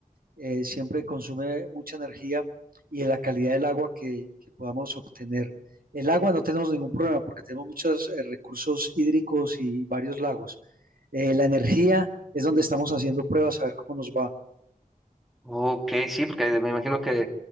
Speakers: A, on the right; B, in the centre.
A: eh, siempre consume mucha energía y de la calidad del agua que, que podamos obtener. El agua no tenemos ningún problema porque tenemos muchos eh, recursos hídricos y varios lagos. Eh, la energía es donde estamos haciendo pruebas a ver cómo nos va.
B: Ok, sí, porque me imagino que